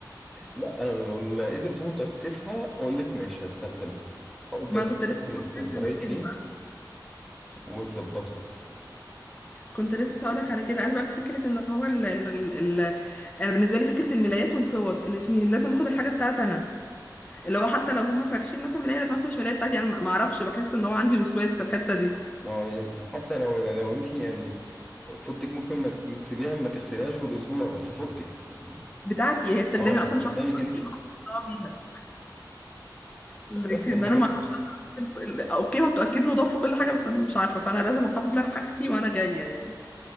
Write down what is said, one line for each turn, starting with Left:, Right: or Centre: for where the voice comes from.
Centre: لا انا لو لقيت الفوطة في كيسها اقول لك ماشي هستخدمها
Left: <laughs>
Centre: اقول بس
Left: ما كنت
Centre: دخلت
Left: لسه هقول
Centre: الدراي
Left: لك على
Centre: كلين
Left: كده بقى
Centre: واتظبطت
Left: كنت لسه هقول لك على كده انا بقى فكره ان هو ال ال ال ال- انا بالنسبه لي فكره الملايات والفوط الاثنين لازم اخد الحاجه بتاعتي انا اللي هو حتى لو هم فارشين مثلا ملاية لازم افرش ملاية بتاعتي انا ما اعرفش بحس ان هو عندي وسواس في الحتة دي
Centre: اه يمكن حتى لو لو انت يعني فوطك ممكن ما تسيبيها ما تغسليهاش بالاسبوع بس فوطك يعني
Left: بتاعتي هي استخدامي
Centre: اه
Left: اصلا
Centre: استخدامك
Left: شخصي ما
Centre: انت
Left: حدش ضاع بيها لكن
Centre: بس الحاجات
Left: انا ما اعرفش بقى بتاعت الف- ال- اوكي وانتوا اكيد نضاف وكل حاجة بس انا مش عارفة فانا لازم احضر حاجتي وانا جاية يعني